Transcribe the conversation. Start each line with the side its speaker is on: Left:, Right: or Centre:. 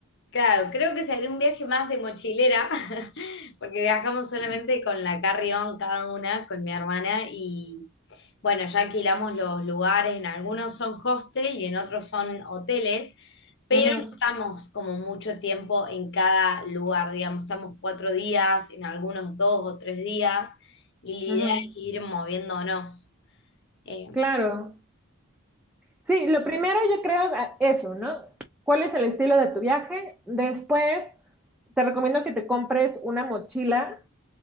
Left: Claro, creo que se haría un viaje más de mochilera, <laughs> porque viajamos solamente con la carry-on cada una, con mi hermana, y bueno, ya alquilamos los lugares, en algunos son hostel y en otros son hoteles, pero
Centre: Ujú,
Left: no estamos como mucho tiempo en cada lugar, digamos, estamos cuatro días, en algunos dos o tres días, y la idea
Centre: ujú.
Left: es ir moviéndonos. Eh,
Centre: Claro. Sí, lo primero yo creo ah, eso, ¿no? ¿Cuál es el estilo de tu viaje? Después, te recomiendo que te compres una mochila